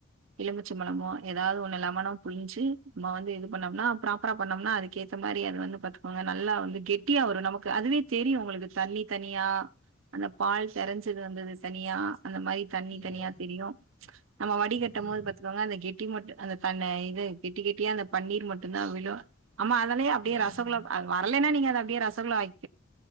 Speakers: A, on the right (about 65°); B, on the left (about 30°).
A: எலுமிச்சம்பழமோ ஏதாவது ஒன்று லெமானோ புழிஞ்சு நம்ம வந்து இது பண்ணோம்னா ப்ராப்பரா பண்ணோம்னா அதுக்கேத் த மாரி அது வந்து பாத்துக்கோங்க நல்லா வந்து கெட்டியா வரும் நமக்கு அதுவே தெரியும் உங்களுக்கு தண்ணி தனியா அந்த பால் தெரஞ்சது வந்தது தனியா அந்த மாரி தண்ணி
B: ம்
A: தனியா தெரியும் நம்ம வடிகட்டும்
B: ம்
A: போது பாத்துக்கோங்க அந்த கெட்டி மட்டும் அந்த தன்ன இது கட்டி கெட்டியா அந்த பன்னீர் மட்டுதா விழும் ஆமா அதலயே அப்படியே
B: ம்
A: ரசகுல ப வரலைன்னா நீங்க அத அப்படியே ரசகுல்லா ஆக்